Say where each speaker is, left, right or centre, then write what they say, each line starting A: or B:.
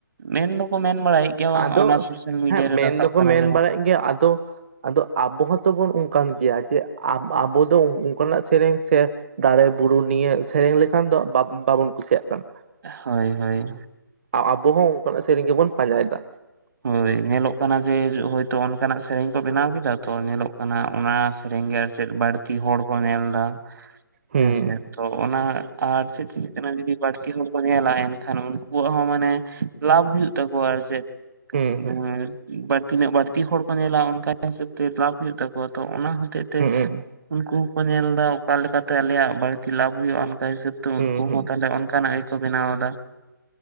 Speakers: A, on the right; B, on the right.
A: ᱢᱮᱱ ᱫᱚᱠᱚ ᱢᱮᱱ ᱵᱟᱲᱟᱭᱮᱫ ᱜᱮᱭᱟ ᱵᱟᱝ
B: ᱟᱫᱚ-ᱜ
A: ᱚᱱᱟ ᱥᱳᱥᱟᱞ ᱢᱤᱰᱤᱭᱟ
B: ᱦᱮᱸ
A: ᱨᱮ
B: ᱢᱮᱱ
A: ᱨᱟᱠᱟᱵ
B: ᱫᱚᱠᱚ
A: ᱠᱟᱱᱟ
B: ᱢᱮᱱ
A: ᱡᱮᱢᱚᱱ
B: ᱵᱟᱲᱟᱭᱮᱫ ᱜᱮᱭᱟ ᱟᱫᱚ ᱟᱫᱚ ᱟᱵᱚ ᱦᱚᱸᱛᱚ ᱵᱚᱱ ᱚᱱᱠᱟᱱ ᱜᱮᱭᱟ ᱡᱮ, ᱟᱵ-ᱟᱵᱚ ᱫᱚ ᱚᱱᱠᱟᱱᱟᱜ ᱥᱮᱨᱮᱧ ᱥᱮ ᱫᱟᱲᱮ ᱵᱩᱨᱩ ᱱᱤᱭᱟᱹ ᱥᱮᱨᱮᱧ ᱞᱮᱠᱷᱟᱱ ᱫᱚ ᱵᱟ-ᱵᱟᱵᱚᱱ ᱠᱩᱥᱤᱭᱟᱜ ᱠᱟᱱᱟ᱾
A: ᱦᱳᱭ ᱦᱳᱭ᱾
B: ᱟᱵᱚ ᱦᱚᱸ ᱚᱱᱠᱟᱱᱟᱜ ᱥᱮᱨᱮᱧ ᱜᱮᱵᱚᱱ ᱯᱟᱸᱡᱟᱭᱮᱫᱟ᱾
A: ᱦᱳᱭ ᱧᱮᱞᱚᱜ ᱠᱟᱱᱟ ᱡᱮ ᱦᱳᱭᱛᱳ ᱚᱱᱠᱟᱱᱟᱜ ᱥᱮᱨᱮᱧ ᱠᱚ ᱵᱮᱱᱟᱣ ᱠᱮᱫᱟ ᱛᱚ ᱧᱮᱞᱚᱜ ᱠᱟᱱᱟ ᱚᱱᱟ ᱨᱮᱧᱜᱮ ᱟᱨ ᱪᱮᱫ ᱵᱟᱹᱲᱛᱤ ᱦᱚᱲ ᱠᱚ ᱧᱮᱞ ᱮᱫᱟ,
B: ᱦᱩᱸ
A: ᱦᱮᱸᱥᱮ᱾ ᱛᱚ ᱚᱱᱟ ᱟᱨ ᱪᱮᱫ ᱪᱤᱠᱟᱹᱜ ᱡᱩᱫᱤ ᱵᱟᱹᱲᱛᱤ ᱦᱚᱲ ᱠᱚ ᱧᱮᱞᱟ ᱮᱱᱠᱷᱟᱱ ᱩᱱᱠᱩᱣᱟᱜ ᱦᱚᱸ ᱢᱟᱱᱮ ᱞᱟᱵᱷ ᱦᱩᱭᱩᱜ ᱛᱟᱠᱚᱣᱟ ᱟᱨ ᱪᱮᱫ᱾
B: ᱦᱩᱸ ᱦᱩᱸ
A: ᱩᱻ ᱵᱟᱹᱲᱛᱤᱱᱟᱹᱜ ᱵᱟᱹᱲᱛᱤ ᱦᱚᱲ ᱠᱚ ᱧᱮᱞᱟ ᱚᱱᱠᱟ ᱦᱤᱥᱟᱹᱵ ᱛᱮ ᱞᱟᱵᱷ ᱦᱩᱭᱩᱜ ᱛᱟᱠᱚᱣᱟ ᱛᱚ ᱚᱱᱟ ᱦᱚᱛᱮᱜ ᱛᱮ
B: ᱦᱩᱸ
A: ᱩᱱᱠᱩ ᱦᱚᱸᱠᱚ ᱧᱮᱞ ᱫᱟ ᱚᱠᱟ ᱞᱮᱠᱟᱛᱮ ᱟᱞᱮᱭᱟᱜ ᱵᱟᱹᱲᱛᱤ ᱞᱟᱵᱷ ᱦᱩᱭᱩᱜ-ᱟ ᱚᱱᱠᱟ ᱦᱤᱥᱟᱹᱵ ᱛᱮ
B: ᱦᱩᱸ
A: ᱩᱱᱠᱩ
B: ᱦᱩᱸ
A: ᱦᱚᱸ ᱛᱟᱦᱞᱮ ᱚᱱᱼᱼ ᱠᱟᱱᱟᱜ ᱜᱮᱠᱚ ᱵᱮᱱᱟᱣ ᱫᱟ᱾